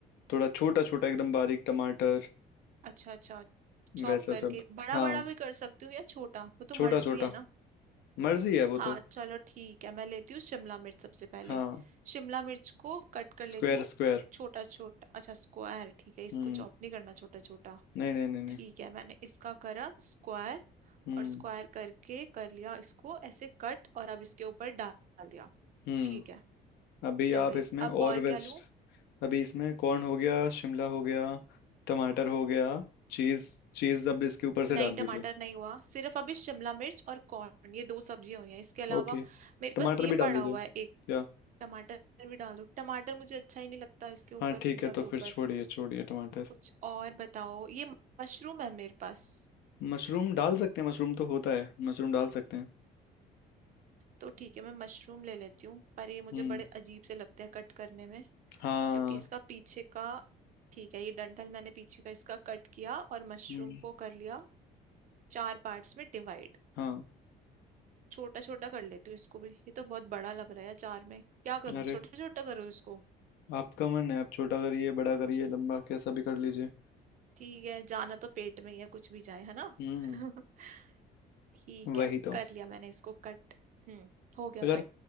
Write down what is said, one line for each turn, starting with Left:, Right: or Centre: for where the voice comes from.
Left: थोड़ा छोटा छोटा एकदम बारीक टमाटर
Right: अच्छा अच्छा चॉप
Left: वैसा
Right: करके
Left: सब
Right: बड़ा
Left: हाँ
Right: बड़ा भी कर सकती हूँ या छोटा वो तो
Left: छोटा
Right: मर्जी
Left: छोटा
Right: है ना
Left: मर्जी है वो
Right: हाँ
Left: तो
Right: चलो ठीक है मैं लेती हूँ शिमला मिर्च सबसे पहले
Left: हाँ
Right: शिमला मिर्च को कट कर
Left: स्क्वायर
Right: लेती हूँ
Left: स्क्वायर
Right: छोटा छोटा अच्छा स्क्वायर ठीक है इसको
Left: हम्म
Right: चॉप नहीं करना छोटा छोटा
Left: नहीं नहीं नहीं नहीं
Right: ठीक है मैंने इसका करा स्क्वायर
Left: हम्म
Right: और स्क्वायर करके कर लिया इसको ऐसे कट और अब इसके ऊपर डाल दिया
Left: हम्म
Right: ठीक है
Left: अभी
Right: डल
Left: आप
Right: गई
Left: इसमें और
Right: अब और
Left: वेज
Right: क्या लूं
Left: अभी इसमें कॉर्न हो गया शिमला हो गया टमाटर हो गया चीज चीज अब इसके ऊपर से
Right: नहीं
Left: डाल
Right: टमाटर
Left: दीजिए
Right: नहीं हुआ सिर्फ अभी शिमला मिर्च और कॉर्न ये दो सब्जियां हुई हैं इसके अलावा
Left: ओके
Right: मेरे
Left: टमाटर
Right: पास ये
Left: भी डाल
Right: पड़ा
Left: दीजिए
Right: हुआ
Left: क्या
Right: है एक टमाटर भी डाल दो टमाटर मुझे अच्छा ही नहीं लगता इसके ऊपर
Left: हाँ ठीक
Right: पिज्जा
Left: है
Right: के
Left: तो
Right: ऊपर
Left: फिर छोड़िए छोड़िए टमाटर
Right: कुछ और बताओ ये मशरूम है मेरे पास
Left: मशरूम डाल सकते हैं मशरूम तो होता है मशरूम डाल सकते हैं
Right: तो ठीक है मैं मशरूम ले लेती हूँ पर ये मुझे
Left: हम्म
Right: बड़े अजीब से लगते हैं कट करने में
Left: हाँ
Right: क्योंकि इसका पीछे का ठीक है ये डंठल मैंने पीछे का इसका कट किया और मशरूम
Left: हम्म
Right: को कर लिया चार पार्ट्स में डिवाइड
Left: हाँ
Right: छोटा छोटा कर लेती हूँ इसको भी ये तो बहुत बड़ा लग रहा है चार में क्या करूँ
Left: अरे
Right: छोटा छोटा करूँ इसको
Left: आपका मन है आप छोटा करिए बड़ा करिए लंबा कैसा भी कर लीजिए
Right: ठीक है जाना तो पेट में ही है कुछ भी जाए है ना
Left: हम्म
Right: <laughs> ठीक
Left: वही
Right: है
Left: तो
Right: कर लिया मैंने इसको कट हम्म हो गया
Left: अगर
Right: कट